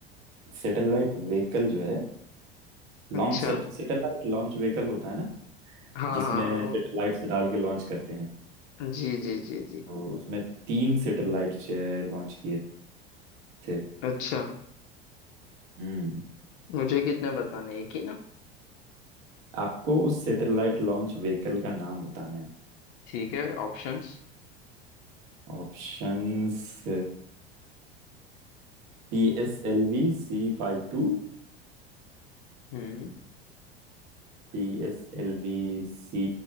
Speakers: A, on the right; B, on the left.
A: सैटेलाइट व्हीकल जो है लॉन्च
B: अच्छा
A: सैटेलाइट लॉन्च व्हीकल होता है ना
B: हाँ
A: जिसमें
B: हाँ हाँ
A: सैटेलाइट्स डाल के लॉन्च करते हैं
B: जी जी जी जी
A: तो उसमें तीन सैटेलाइट्स लॉन्च किए थे
B: अच्छा
A: हम्म
B: मुझे कितने बताने एक ही ना
A: आपको उस सैटेलाइट लॉन्च व्हीकल का नाम बताना है
B: ठीक है ऑप्शंस
A: Options P S L V C फाइव टू
B: हम्म
A: P S L V C